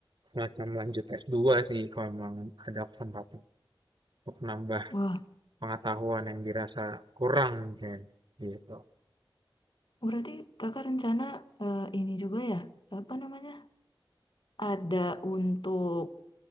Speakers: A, on the right (about 60°); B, on the left (about 65°).
A: semacam lanjut s dua sih kalau memang ada kesempatan untuk nambah
B: Wah,
A: pengetahuan yang dirasa kurang mungkin gitu.
B: berarti kakak rencana eh, ini juga ya, apa namanya, ada untuk